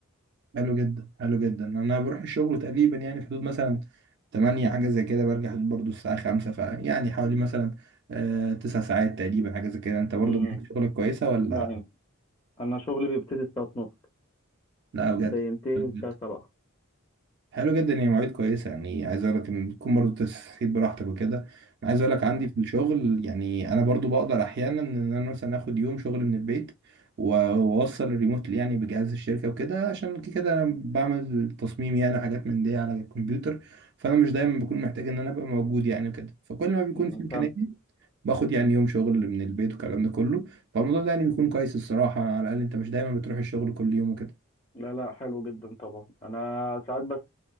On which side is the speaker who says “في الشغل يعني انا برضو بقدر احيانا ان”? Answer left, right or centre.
Right